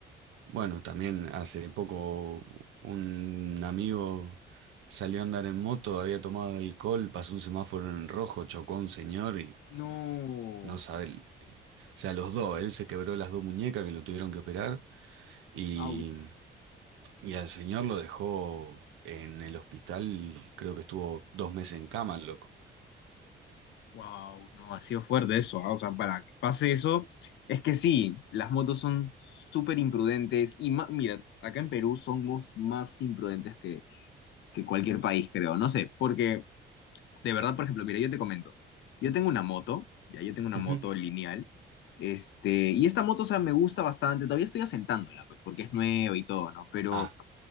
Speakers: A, on the right; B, on the left.
A: Bueno, también hace poco un amigo salió a andar en moto, había tomado alcohol, pasó un semáforo en rojo, chocó a un señor y
B: No,
A: no sabe, el- o sea, los dos, él se quebró las dos muñecas que lo tuvieron que operar. Y,
B: Ouch.
A: y al señor lo dejó en el hospital, creo que estuvo dos meses en cama, el loco.
B: wow, no, ha sido fuerte eso, ah, O sea, para que pase eso, es que sí, las motos son súper imprudentes y ma- mira, acá en Perú somos más imprudentes que, que cualquier país, creo, no sé, porque de verdad, por ejemplo, mira, yo te comento, yo tengo una moto, ya yo tengo una
A: Ujú.
B: moto lineal, este, y esta moto, o sea, me gusta bastante, todavía estoy asentándola, pues, porque es nueva y todo, ¿no? Pero
A: Ah,